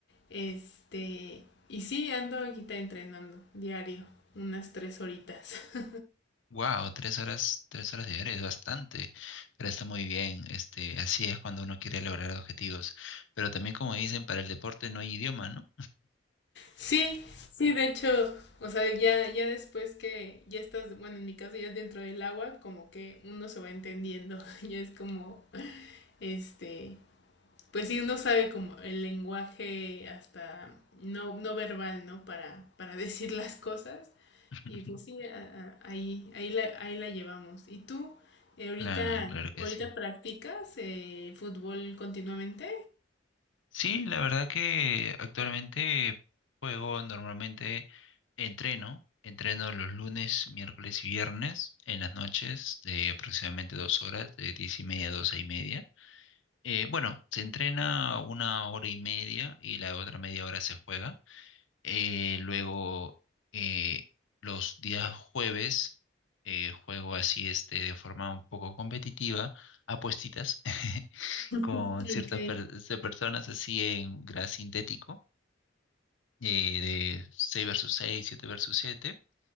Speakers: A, on the left; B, on the left.
A: Este, y sí, ando aquí entrenando diario, unas tres horitas. <laughs>
B: Wow, tres horas, tres horas diarias es bastante, pero está muy bien. Este, así es cuando uno quiere lograr objetivos. Pero también, como dicen, para el deporte no hay idioma, ¿no?
A: Sí, sí, de hecho, o sea, ya, ya después que ya estás, bueno, en mi caso ya es dentro del agua, como que uno se va entendiendo, <laughs> ya es como, este, pues sí, uno sabe como el lenguaje hasta no, no verbal, ¿no? Para, para <laughs> decir las cosas.
B: <laughs>
A: Y pues sí, a- a- ahí, ahí la, ahí la llevamos. ¿Y tú eh, ahorita,
B: Claro, claro que
A: ahorita
B: sí.
A: practicas eh, fútbol continuamente?
B: Sí, la verdad que actualmente juego normalmente, entreno, entreno los lunes, miércoles y viernes en las noches de aproximadamente dos horas, de diez y media a doce y media. Eh, bueno, se entrena una hora y media y la otra media hora se juega. Eh, luego, eh, los días jueves, eh, juego así este, de forma un poco competitiva, apuestitas <laughs> con
A: Ok,
B: ciertas per- este, personas así en gras sintético, eh, de 6 versus 6 siete versus siete